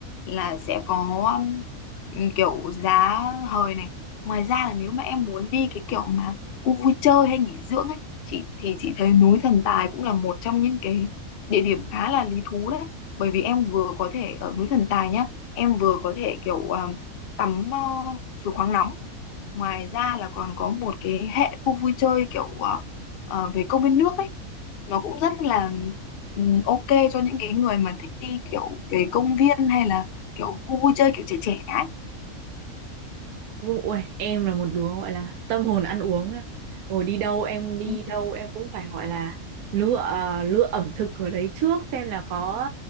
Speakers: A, on the left; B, on the right.
A: là sẽ có ừm, kiểu giá hời này ngoài ra là nếu mà em muốn đi cái kiểu mà khu vui chơi hay nghỉ dưỡng ấy chị thì chị thấy núi Thần Tài cũng là một trong những cái địa điểm khá là lý thú đấy bởi vì em vừa có thể ở núi Thần Tài nhá em vừa có thể kiểu ờ, tắm ờ, suối khoáng nóng Ngoài ra là còn có một cái hệ khu vui chơi kiểu ờ, ờ, về công viên nước ấy. Nó cũng rất là ừm, ok cho những cái người mà thích đi kiểu về công viên hay là kiểu khu vui chơi kiểu trẻ trẻ ấy.
B: Ui, em là một đứa gọi là tâm hồn ăn uống á. Rồi đi đâu em đi
A: Ừ.
B: đâu em cũng phải gọi là lựa ờ, lựa ẩm thực ở đấy trước xem là có